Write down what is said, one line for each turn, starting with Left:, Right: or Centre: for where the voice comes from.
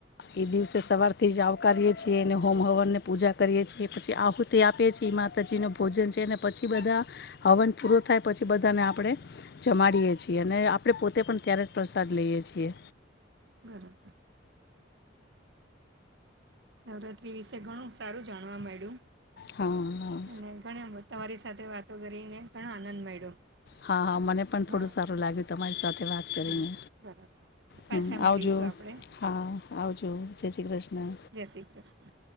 Left: એ દિવસે સવારથી જ આવકારીએ છીએ અને હોમ હવનને પૂજા કરીએ છીએ પછી આહુતિ આપીએ છીએ માતાજીનું ભોજન છે ને પછી બધા હવન પૂરો થાય પછી બધાને આપણે જમાડીએ છીએ અને આપણે પોતે પણ ત્યારે જ પ્રસાદ લઈએ છીએ.
Right: બરાબર. નવરાત્રી વિશે ઘણું સારું જાણવા માંડ્યું.
Left: હા હા
Right: અને ઘણ બધું તમારી સાથે વાતો કરીને ઘણો આનંદ મળ્યો.
Left: હા હા મને પણ
Right: હા
Left: થોડું સારું લાગ્યું તમારી સાથે વાત કરીને
Right: હા બરાબર પાછા
Left: હમ
Right: મળીશું
Left: આવજો
Right: આપણે
Left: હા આવજો જય શ્રી કૃષ્ણ.
Right: જય શ્રી કૃષ્ણ.